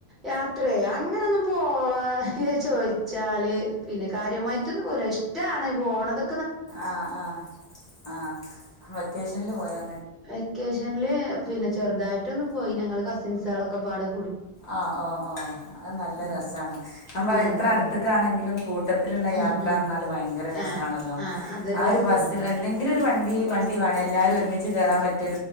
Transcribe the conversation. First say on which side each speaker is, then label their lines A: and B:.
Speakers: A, in the centre; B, on the left (about 45°).
A: യാത്രെ അങ്ങനൊന്നും പോവാ ഇയ് അയ് ചോയ് ച്ചാല് പിന്നെ കാര്യമായ്റ്റൊന്നും പോവുലാ ഇഷ്ടാണ് പോണതൊ
B: ആ ആ ആ വെക്കേഷൻൽ പോയാ
A: വെക്കേഷൻൽ പിന്നെ ചെറ്തായിട്ടൊന്ന് പോയി നങ്ങൾ കസിൻസാളൊക്കപ്പാടെ
B: ആ ഓ ഓ അയ് നല്ല
A: ഉം
B: രസാണ് ഞാൻ പറയാ
A: ഉം
B: എത്ര
A: ഉം
B: അട്ത്ത്ക്കാണെങ്കിലും കൂട്ടത്തിൽ ത്തിൽ ഇള്ള
A: ഉം
B: യാത്രാർണാല്
A: ഉം
B: ദയങ്കര രസാണല്ലോ
A: ആഹ് ആഹ് അതൊരു
B: ആ
A: രസാണ്
B: ഒര് ബസ്സിൽ എന്തെങ്കിലൊരു വണ്ടി വണ്ടി വാണെൽ എല്ലാരും ഒരുമിച്ച് കേറാൻ പറ്റ്